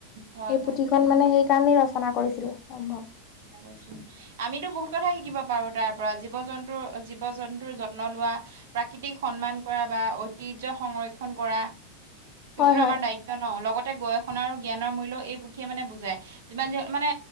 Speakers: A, on the right (about 55°); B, on the left (about 35°).
A: হয়
B: সেই
A: হয়
B: পুথি সেইখন মানে সেইকাৰণেই ৰচনা কৰিছিল সম্ভৱ।
A: হয় কৈছো। <inaudible> আমিতো বহুত কথাই শিকিব পাৰো তাৰ পৰা জীৱ জন্তুৰ জীৱ জন্তুৰ যত্ন লোৱা। প্ৰাকৃতিক সন্মান কৰা বা ঐতিহ্য সংৰক্ষন কৰা সেইবোৰতো
B: হয় হয়
A: আমাৰ দায়িত্ব। ন লগতে গৱেষণা আৰু জ্ঞানৰ মূল্যও এই পুথিয়ে মানে বুজাই যিমান যিহ মানে